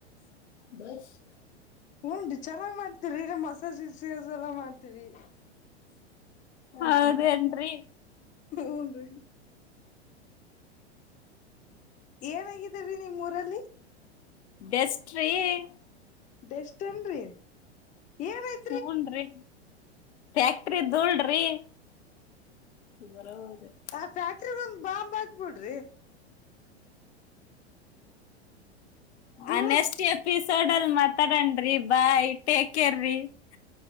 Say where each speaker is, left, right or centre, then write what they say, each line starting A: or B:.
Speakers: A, on the left; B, on the left.
A: ಬಸ್ಸ. <unintelligible>
B: ಹುನ್ರಿ ಚೆನ್ನಗ ಮಾಡ್ತತಿವ್ರಿ ಈಗ ಮಸಾಜ ಸೇಲ್ಸ್ ಎಲ್ಲಾ ಮಾಡ್ತೀವಿ. <unintelligible>
A: ಹೌದ ಏನ್ರೀ. <unintelligible>
B: ಹುನ್ರಿ. <unintelligible> ಏನ ಆಗಿದೀ ರಿ ನಿಮ್ಮ ಊರಲ್ಲಿ? <unintelligible>
A: ಬೆಸ್ಟ್ ರೀ. <unintelligible>
B: ಬೆಸ್ಟ್ ಏನ್ರಿ ಏನಾಯ್ತ. <unintelligible>
A: ಹುನ್ರಿ ಫ್ಯಾಕ್ಟರಿ ಧೂಳರೀ. <unintelligible> ಬರವಲ್ಲದ. <unintelligible>
B: ಆ ಫ್ಯಾಕ್ಟರಿ ಒಂದ್ ಬಾಂಬ್ ಹಾಕ್ಬಿಡ್ರಿ. <unintelligible> ಧೂಳ
A: ಆ ನೆಕ್ಸ್ಟ್ ಎಪಿಸೋಡ್ ಅಲ್ಲಿ ಮಾತಾಡೋನ ರೀ ಬೈ ಟೇಕ್ ಕೇರ್ ರೀ. <unintelligible>